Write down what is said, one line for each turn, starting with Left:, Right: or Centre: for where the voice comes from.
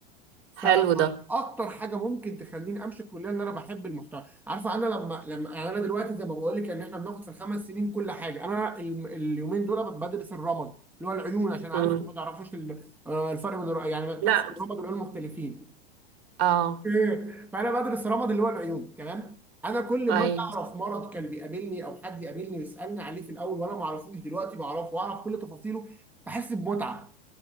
Centre: فاكتر
Right: حلو ده
Centre: حاجه ممكن تخليني امشي الكليه ان انا بحب المحتوى عارفه انا لما لما يعني انا دلوقتي زي ما بقول لك ان احنا بناخد في الخمس سنين كل حاجه انا ال- اليومين دول بدرس الرمد اللي هو العيون عشان عارفكم
Right: امم
Centre: ما تعرفوش ال- آه، الفرق بين الر- يعني بتحسب
Right: لا
Centre: الرمد والعيون مختلفين
Right: اه
Centre: <laughs> إيه. فانا بدرس الرمد اللي هو العيون تمام انا كل
Right: اي
Centre: ما اعرف مرض كان بيقابلني او حد يقابلني ويسالني عليه في الاول وانا ما اعرفوش دلوقتي بعرفه واعرف كل تفاصيله بحس بمتعه